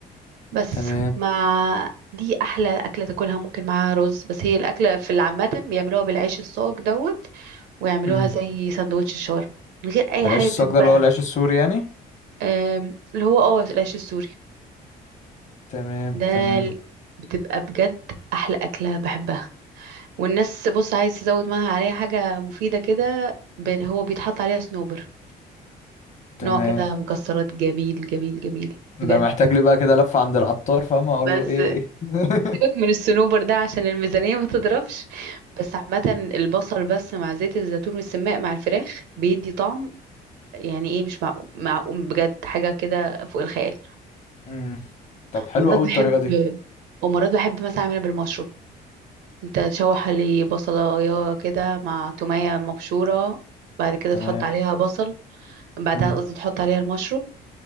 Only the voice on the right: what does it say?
بس
مع دي احلى اكله تاكلها ممكن معاها رز بس هي الاكله في العامه بيعملوها بالعيش الصاج دوت ويعملوها
زي سندوتش الشاورما من غير اي
حاجه
جنبها
آم، اللي هو اه العيش السوري
ده
ال- بتبقى بجد احلى اكله بحبها والناس بص عايز تزود معاها عليها حاجه مفيده كده ب- هو بيتحط عليها صنوبر
نوع كده مكسرات جميل جميل جميل
بجد
بس
سيبك من الصنوبر ده عشان الميزانيه ما تضربش بس عامه البصل بس مع زيت الزيتون والسماق مع الفراخ بيدي طعم يعني ايه مش معقول معقول بجد حاجه كده فوق الخيال
مرات
بحب
ومرات بحب مثلا اعملها بالمشروب انت تشوح لي بصلايه كده مع توميه مبشوره بعد كده
تحط عليها بصل بعدها
قصدي تحط عليها المشروم